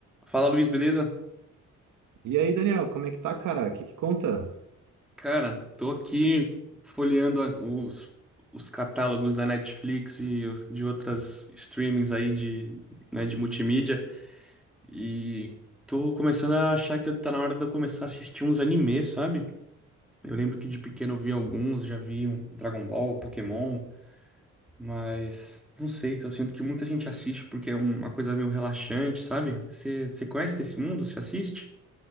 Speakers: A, in the centre; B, on the right.
A: Fala, Luiz, beleza?
B: E aí, Daniel, como é que tá, cara? O que que conta?
A: Cara, tô aqui folheando a- os, os catálogos da Netflix e de outras streamings aí de, né, de multimídia e tô começando a achar que tá na hora de eu começar a assistir uns animes, sabe? Eu lembro que de pequeno eu vi alguns, já vi um Dragon Ball, Pokémon, mas não sei, eu sinto que muita gente assiste porque é uma coisa meio relaxante, sabe? Você conhece desse mundo? Você assiste?